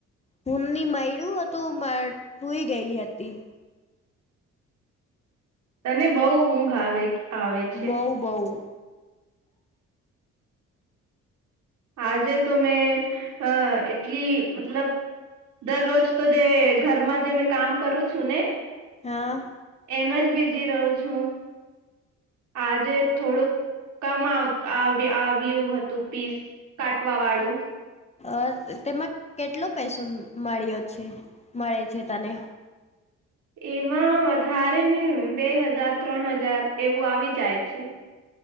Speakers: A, on the left (about 20°); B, on the right (about 70°).
A: હુંની મયડું હતું, બટ હુંય ગયેલી હતી.
B: તને બહુ ઊંઘ આવે. આવે છે
A: બઉ બ‌ઉ
B: આજે તો મેં અ એટલી, મતલબ દરરોજ તો જે ઘરમાં જે મેં કામ કરું છું ને.
A: હા.
B: એમ જ, બીઝી રહું છું. આજે થોડુંક કમ આવ આવ્યું હતું, પીસ કાટવાવાળું.
A: અ તેમાં કેટલો પૈસો મળ્યો છે મળે છે તને?
B: એમાં વધારે ને બે હજાર, ત્રણ હજાર એવું આવી જાય છે.